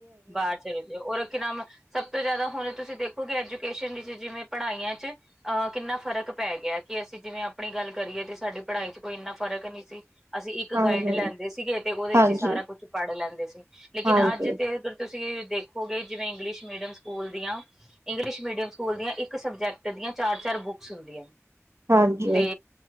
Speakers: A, in the centre; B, on the right.
A: ਬਾਹਰ ਚਲੇ ਹੋਰ ਕਿ ਨਾਮ, ਸਭ ਤੋਂ ਜ਼ਿਆਦਾ ਹੁਣ ਤੁਸੀਂ ਦੇਖੋਗੇ, ਐਜੂਕੇਸ਼ਨ ਵਿੱਚ ਜਿਵੇਂ ਪੜ੍ਹਾਈਆਂ ਚ ਆ ਕਿੰਨਾ ਫ਼ਰਕ ਪੈ ਗਿਆ ਕਿ ਅਸੀਂ ਜਿਵੇਂ ਆਪਣੀ ਗੱਲ ਕਰੀਏ ਤੇ ਸਾਡੀ ਪੜ੍ਹਾਈ ਚ ਕੋਈ ਇੰਨਾ ਫ਼ਰਕ ਨਹੀਂ ਸੀ। ਅਸੀਂ ਇੱਕ
B: ਹਾਂਜੀ
A: ਗਾਈਡ ਲੈਂਦੇ ਸੀਗੇ ਤੇ ਉਹਦੇ
B: ਹਾਂਜੀ
A: ਚ ਸਾਰਾ ਕੁਛ ਪੜ੍ਹ ਲੈਂਦੇ ਸੀ, ਲੇਕਿਨ
B: ਹਾਂਜੀ
A: ਅੱਜ ਤੇ ਅਗਰ ਤੁਸੀਂ ਇਹ ਦੇਖੋਗੇ ਜਿਵੇਂ ਇੰਗਲਿਸ਼ ਮੀਡੀਅਮ ਸਕੂਲ ਦੀਆਂ ਇੰਗਲਿਸ਼ ਮੀਡੀਅਮ ਸਕੂਲ ਦੀਆਂ ਇੱਕ ਸਬਜੈਕਟ ਦੀਆਂ ਚਾਰ - ਚਾਰ ਬੁੱਕਸ ਹੁੰਦੀਆਂ।
B: ਹਾਂਜੀ
A: ਤੇ